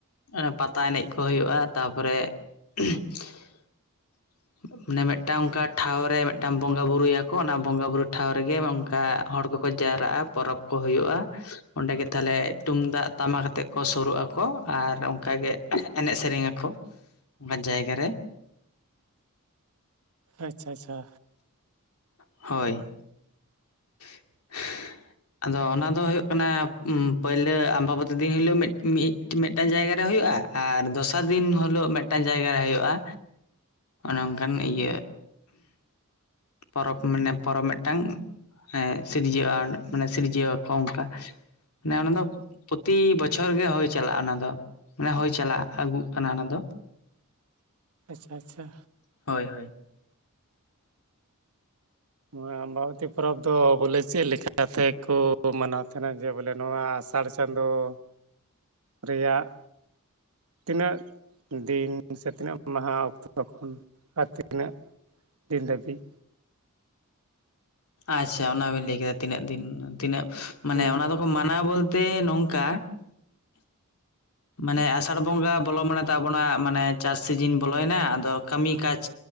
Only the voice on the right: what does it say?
ᱟᱪᱪᱷᱟ ᱟᱪᱪᱷᱟ
ᱟᱪᱪᱷᱟ ᱟᱪᱪᱷᱟ᱾
ᱦᱚᱸ ᱟᱢᱵᱟᱟᱣᱚᱛᱤ ᱯᱚᱨᱚᱵᱽ ᱫᱚ ᱵᱚᱞᱮ ᱪᱮᱜ ᱞᱮᱠᱟ ᱞᱮᱠᱟᱛᱮ ᱠᱩ ᱢᱟᱱᱟᱣ ᱛᱟᱦᱮᱱᱟ ᱡᱮ ᱵᱚᱞᱮ ᱱᱚᱣᱟ ᱟᱥᱟᱲ ᱪᱟᱸᱫᱚᱳ ᱨᱮᱭᱟᱜ ᱛᱤᱱᱟᱹᱜ ᱫᱤᱱ ᱥᱮ ᱛᱤᱱᱟᱹᱜ ᱢᱟᱦᱟᱸ ᱚᱠᱛᱚ ᱠᱷᱚᱱ ᱟᱨ ᱛᱤᱱᱟᱹᱜ ᱫᱤᱱ ᱫᱟᱹᱵᱤᱜ
ᱦᱳᱭ